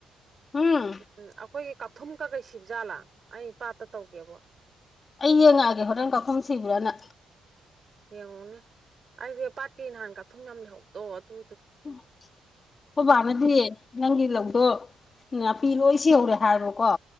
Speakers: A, on the left; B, on the right.
A: ꯎꯝ
B: ꯎꯝ ꯑꯩꯈꯣꯏꯒꯤ ꯊꯨꯝ ꯀꯛꯀꯩ ꯁꯤꯕꯖꯥꯠꯂꯥ ꯑꯩ ꯄꯥꯠꯇ ꯇꯧꯒꯦꯕ
A: ꯑꯩ ꯌꯦꯡꯉꯛꯑꯒꯦ ꯍꯣꯔꯦꯟ ꯀꯥꯛꯊꯨꯝ ꯁꯤꯕ꯭ꯔꯥꯅ
B: ꯌꯦꯡꯉꯣꯅꯦ ꯑꯩꯁꯦ ꯄꯥꯠꯀꯤ ꯅꯍꯥꯟ ꯀꯥꯊꯨꯝ ꯌꯥꯝ ꯂꯩꯍꯧꯗꯣ ꯑꯗꯨ
A: ꯑꯩꯈꯣꯏ ꯕꯅꯥꯗꯤꯅꯦ ꯅꯪꯒꯤ ꯂꯧꯗꯣ ꯅꯥꯄꯤꯔꯣꯏ ꯁꯤꯍꯧꯔꯦ ꯍꯥꯏꯕꯀꯣ